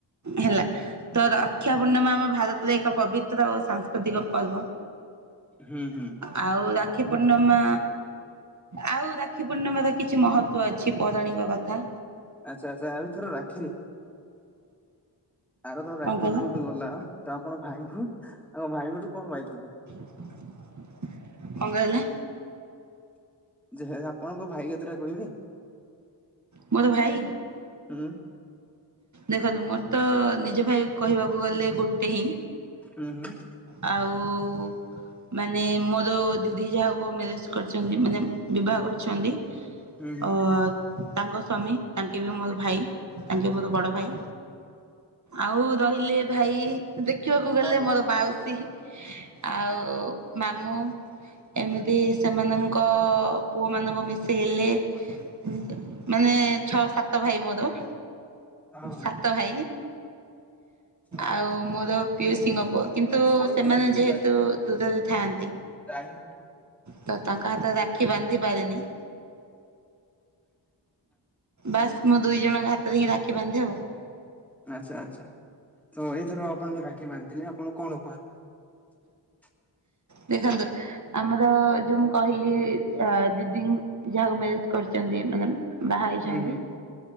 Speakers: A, on the right; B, in the centre.
A: ହେଲା, ତ ରକ୍ଷା ପୂର୍ଣ୍ଣିମା ଆମ ଭାରତ ରେ ଏକ ପବିତ୍ର ଓ ସାଂସ୍କୃତିକ ପର୍ବ।
B: ହୁଁ ହୁଁ
A: ଆଉ ରାକ୍ଷୀ ପୂର୍ଣ୍ଣିମା ଆଉ ରାକ୍ଷୀ ପୂର୍ଣ୍ଣିମା ର କିଛି ମହତ୍ୱ ଅଛି ପୌରାଣୀଙ୍କ କଥା।
B: ଆଚ୍ଛା ଆଚ୍ଛା ଏ ଥର ରାକ୍ଷୀ ଆର ଥର ରାକ୍ଷୀ
A: କଣ କହିଲ
B: ଯୋଉ ଗଲା ତ ଆପଣ ଭାଇଙ୍କୁ ଆମ ଭାଇଙ୍କଠୁ କଣ ପାଇଥିଲି?
A: କଣ କହିଲେ?
B: ଯେ ଆପଣଙ୍କ ଭାଇ କେତେଟା କହିବି
A: ମୋର ଭାଇ
B: ହୁଁ।
A: ଦେଖନ୍ତୁ ମୋର ତ ନିଜ ଭାଇ କହିବାକୁ ଗଲେ ଗୋଟେ ହିଁ।
B: ହୁଁ ହୁଁ।
A: ଆଉ ଉ ମାନେ ମୋର ଦିଦି ଯାହାକୁ ମ୍ୟାରେଜ କରିଛନ୍ତି ମାନେ ବିବାହ କରିଛନ୍ତି
B: ହୁଁ ହୁଁ
A: ଅ ତାଙ୍କ ସ୍ୱାମୀ ତାଙ୍କେ ବି ମୋର ଭାଇ ତାଙ୍କେ ମୋର ବଡ ଭାଇ। ଆଉ ରହିଲେ ଭାଇ ଦେଖିବାକୁ ଗଲେ
B: ହୁଁ
A: ମୋର ମାଉ ସେହି, ଆଉ ମାମୁଁ ଏମିତି ସେମାନଙ୍କ ପୁଅ ମାନଙ୍କୁ ମିଶେଇଲେ ହୁଁ
B: ହଁ
A: ମାନେ ଛଅ ସାତ ଭାଇ ମୋର।
B: ହଁ
A: ସାତ ଭାଇ,
B: ହଁ
A: ଆଉ ମୋର ପିଉସୀଙ୍କ ପୁଅ କିନ୍ତୁ
B: ହଁ କହି
A: ସେମାନେ
B: ଭାଇ ଦିଅ
A: ଯେହେତୁ
B: ତା
A: ଦୂରରେ ଥାଆନ୍ତି,
B: ଦାଇଙ୍କୁ ହଁ
A: ତ ତାଙ୍କ ହାତରେ ରାଖି ଖି ବାନ୍ଧି ପାରେନି <inaudible> ବାସ୍ ମୁଁ ଦୁଇ ଜଣଙ୍କ ହାତ ତାକୁ ହିଁ ରାକ୍ଷୀ ବାନ୍ଧେ ଆଉ।
B: ଆଚ୍ଛା ଆଚ୍ଛା। ତ ଏଇଥର ଆପଣ ଯୋଉ ରାକ୍ଷୀ ବାନ୍ଧି ଥିଲେ ଆପଣ କଣ ଉପହାର <inaudible>
A: ଦେଖନ୍ତୁ ଆମର ଯୋଉ ମୁଁ କହିଲି ଆ ଦିଦି ଙ୍ଗ୍ ଯାହାକୁ ମ୍ୟାରେଜ୍ କରିଛନ୍ତି ମାନେ ବାହା ହେଇଛନ୍ତି
B: ହୁଁ ହୁଁ